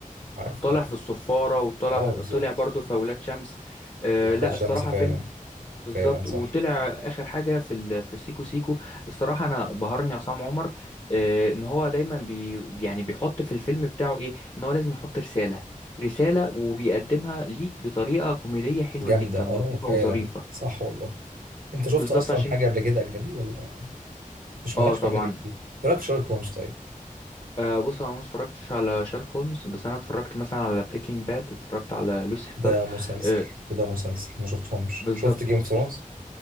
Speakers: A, on the right; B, on the left.
A: عارفه
B: طالع
A: اه
B: في الصفارة وطلع
A: آه، بالظبط
B: طلع برضه في أولاد شمس آه
A: واولاد
B: لا
A: شمس
B: الصراحة
A: فعلا
B: فيلم بالظبط
A: فعلا صح
B: وطلع آخر حاجة في ال... في سيكو سيكو الصراحة أنا بهرني عصام عمر آه إن هو دايما بي يعني بيحط في الفيلم بتاعه إيه إن هو لازم يحط رسالة رسالة وبيقدمها ليك بطريقة كوميدية حلوة
A: جامده
B: جدا
A: اه
B: لطيفة
A: فعلا
B: وظريفة
A: صح والله انت شفت
B: بالظبط
A: اصلا
B: عشان
A: حاجه قبل كده اجنبي ولا مش
B: اه
A: مالكش
B: طبعا
A: في اجنبي كتير ايه رايك في شارلوك هومز طيب
B: آه بص انا ما اتفرجتش على شارك هولمز بس انا اتفرجت مثلا على بريكنج باد اتفرجت على لوسيفر
A: ده مسلسل
B: آه
A: وده مسلسل ما شفتهمش
B: بالظبط
A: شفت جيم اوف ثرونز